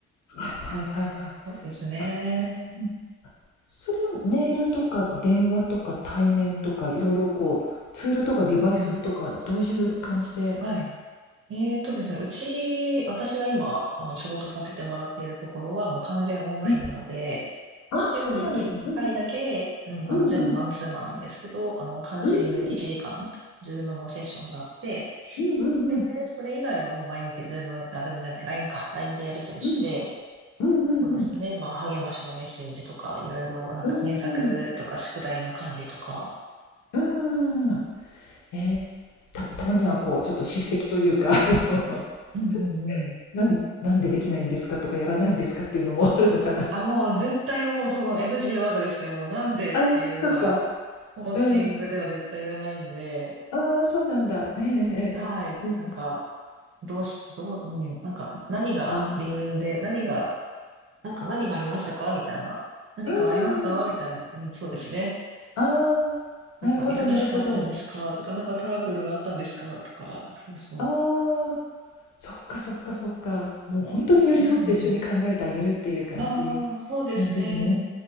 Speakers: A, on the left; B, on the right.
A: はいはいはいはい。
B: そうですね。
A: あ、うん。それはメールとか電話とか対面とか、いろいろこう、ツールとかデバイスとか、
B: うんうん。
A: どういう感じで
B: はい。えーっとですね、うち、私が今、あの、仕事させてもらっているところは、もう完全オンラインなので、
A: え、ああ、
B: 週に1回だけ、
A: そうなんですね。うん。
B: うん、
A: うんうん。
B: あの、全部マンツーマンなんですけど、あの、カウンセリングで1時間、
A: うーん。
B: ズームのセッションがあって、
A: うんうんうん。
B: で、それ以外はもう毎日ズーム、あ、ズームじゃない、LINE か、ラインでやり取りして、
A: うん。うんうんうん。
B: そうですね、まあ、励ましのメッセージとか、いろいろ、なんか、
A: う
B: 検索とか、宿題の管理とか、
A: ん。うん。えーたたまにはこう、ちょっと叱責というか、あの、
B: うんうん
A: <laughs> なんなんでできないんですかとか、やらないんですかっていうのもあるのかな。
B: あ、もう絶対もうその NG ワードですね。もうなんでっていうのは、
A: あ、そっか。
B: コーチングでは絶対言えないんで、
A: うん。ああ、そうなんだ。ええええうん。
B: はい。なんか、どうし、どう、うん、なんか、何が理由で、
A: あ、う
B: 何が、なんか何がありましたかみたいな。何かありましたみたいな。
A: ーん。
B: うん、そうですね。
A: ああ、
B: なんか、
A: なるほどなるほど。
B: 忙しかったんですかとか、なんかトラブルあったんですかとか、そうそ
A: ああ、そっかそっかそっか。もうほんとに寄り添って一緒に考えてあげるっていう感じ
B: う。うん、ああ、そうですね。
A: なんですね。
B: う